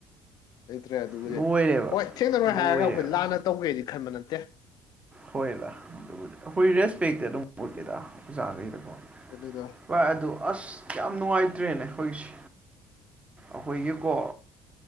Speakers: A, on the left; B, on the right.
A: ꯂꯩꯇ꯭ꯔꯦ ꯑꯗꯨꯕꯨꯗꯤ
B: ꯂꯣꯏꯔꯦꯕ
A: ꯍꯣꯏ ꯊꯦꯡꯅꯔꯣꯏ
B: ꯂꯣꯏꯔꯦꯕ
A: ꯍꯥꯏꯔꯒ ꯑꯩꯈꯣꯏ ꯂꯥꯟꯅ ꯇꯧꯒꯦꯗꯤ ꯈꯟꯕ ꯅꯠꯇꯦ
B: ꯍꯣꯏꯂꯥ ꯑꯗꯨ ꯑꯩꯈꯣꯏ ꯔꯦꯁꯄꯦꯛꯇꯤ ꯑꯗꯨꯝ ꯎꯠꯂꯤꯗ ꯑꯣꯖꯥꯈꯩꯗꯀꯣ
A: ꯎꯗꯨꯗ
B: ꯚꯥꯏ ꯑꯗꯨ ꯑꯁ ꯌꯥꯝ ꯅꯨꯡꯉꯥꯏꯇ꯭ꯔꯦꯅꯦ ꯑꯩꯈꯣꯏꯁꯦ ꯑꯩꯈꯣꯏꯒꯤꯀꯣ